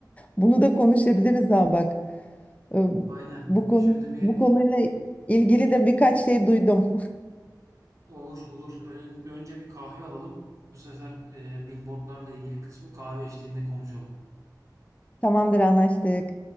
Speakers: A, on the left; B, on the right.
A: Bunu da konuşabiliriz ha bak. Ee,
B: Aynen.
A: Bu konu,
B: Şimdi bir
A: bu konuyla ilgili de birkaç şey duydum.
B: Olur olur. Ön- önce bir kahve alalım. Bu sefer e, billboardlarla ilgili kısmı kahve içtiğinde konuşalım.
A: <laughs> Tamamdır anlaştık.